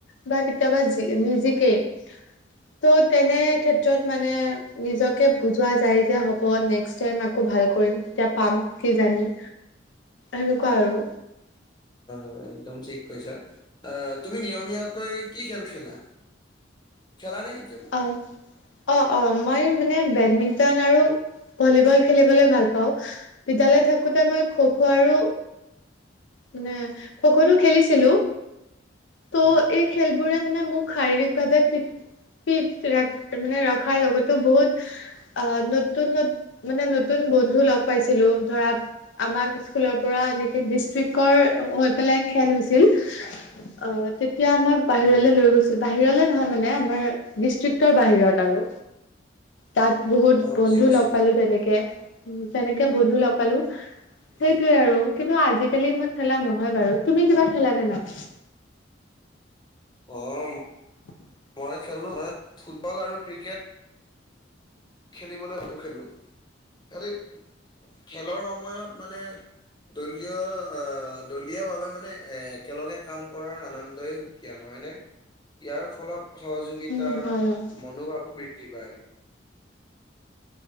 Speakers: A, on the left; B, on the left.
A: বা কেতিয়াবা জি নিজিকেই ত' তেনে ক্ষেত্ৰত মানে নিজকে বুজোৱা যায় যে হ'ব নেক্স টাইম আকৌ ভাল কৰিম এতিয়া পাম কি জানি এনেকুৱা আৰু
B: অ একদম ঠিক কৈছা আহ তুমি নিয়মীয়াকৈ কি খেল খেলা খেলা নে কেতিয়াবা
A: হয় অ অ মই মানে বেডমিণ্টন আৰু ভলীবল খেলিবলৈ ভাল পাও‍ঁ বিদ্যালয় থাকোতে <unintelligible> খো-খো
B: অ',
A: আৰু মানে খো-খোটো খেলিছিলোঁ। ত'
B: উম,
A: এই খেলবোৰে মানে মোক শাৰীৰিকভাৱে ফিট ফিট ৰা মানে, ৰখাৰ লগতো বহুত আ, নতুন নতু, মানে নতুন বন্ধু লগ পাইছিলোঁ ধৰা আমাক স্কুলৰ পৰা এনেকে ডিষ্ট্ৰিক্টৰ হৈ পেলাই খেল হৈছিল। অ তেতিয়া আমাক বাহিৰলে
B: উম,
A: লৈ গৈছিল বাহিৰলে নহয় মানে আমাৰ ডিষ্ট্ৰিক্টৰ বাহিৰত আৰু তাত বহুত
B: অ',
A: বন্ধু
B: বুজি পাইছো
A: লগ
B: অ',
A: পালোঁ তেনেকে তেনেকে বন্ধু লগ‌ পালোঁ, সেইটোয়ে
B: উম,
A: আৰু কিন্তু আজিকালি ইমান খেলা নহয় বাৰু, তুমি কিবা খেলা নে নাই?
B: অ', ম
A: <unintelligible>
B: মই খেলো মানে ফুটবল আৰু ক্ৰিকেট। খেলিবলৈ হলেওঁ খেলো। খালি খেলৰ সময়ত মানে দলীয় অ দলীয়া ভাৱে মানে এ একেলগে কাম কৰাৰ আনন্দই সু কীয়া নহয় নে? ইয়াৰ ফলত সহযোগিতাৰ
A: উম হয় হয়
B: মনোভাৱো বৃদ্ধি পায়।